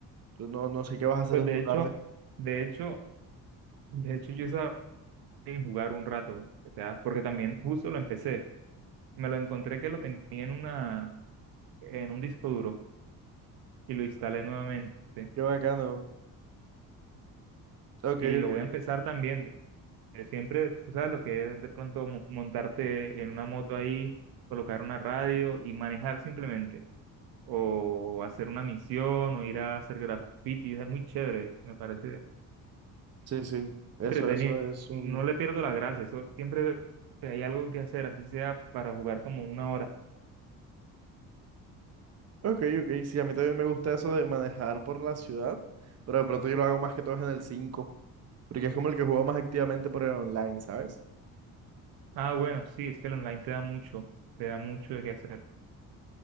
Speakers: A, on the right; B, on the right.
A: Entonces, no, no sé qué vas a hacer
B: Pues
A: en
B: de
A: tu
B: hecho,
A: tarde.
B: de hecho, de hecho yo sabía jugar un rato, o sea, porque también justo lo empecé. Me lo encontré que lo tenía en una, en un disco duro y lo instalé nuevamente ¿sí?
A: Qué bacano. Ok,
B: y lo
A: ok.
B: voy a empezar también. Eh, Siempre, tú sabes lo que es de pronto mo- montarte en una moto ahí, colocar una radio y manejar simplemente o hacer una misión o ir a hacer graffiti, es muy chévere, me parece.
A: Sí, sí. Eso,
B: entretenido,
A: eso es un...
B: no le pierdo la gracia, eso siempre veo que hay algo que hacer, así sea para jugar como una hora.
A: Ok, ok. Sí, a mí también me gusta eso de manejar por la ciudad, pero de pronto yo lo hago más que todo en el 5. Porque es como el que juego más activamente por el online, ¿sabes?
B: Ah, bueno, sí, es que el online te da mucho, te da mucho de qué hacer.